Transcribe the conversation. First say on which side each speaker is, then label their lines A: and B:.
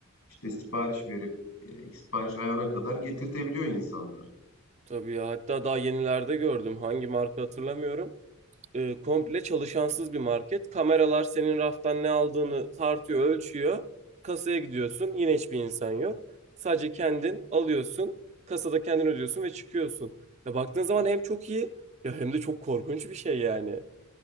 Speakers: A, on the left; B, on the right.
A: işte sipariş verip e, sipariş ayağına kadar getirtebiliyor insanlar.
B: Tabii ya. Hatta daha yenilerde gördüm. Hangi marka hatırlamıyorum. e, komple çalışansız bir market. Kameralar senin raftan ne aldığını tartıyor, ölçüyor. Kasaya gidiyorsun, yine hiçbir insan yok. Sadece kendin alıyorsun, kasada kendin ödüyorsun ve çıkıyorsun. Ya baktığın zaman hem çok iyi ya hem de çok korkunç bir şey yani.